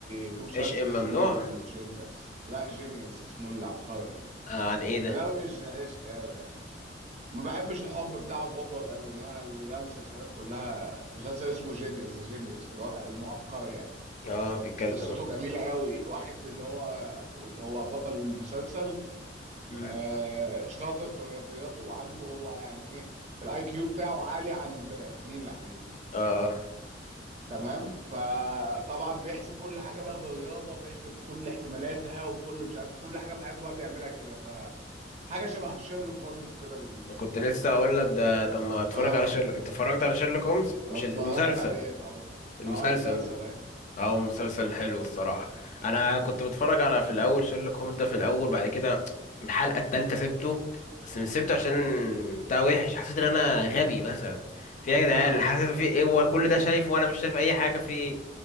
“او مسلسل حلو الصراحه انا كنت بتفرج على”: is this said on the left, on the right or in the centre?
Left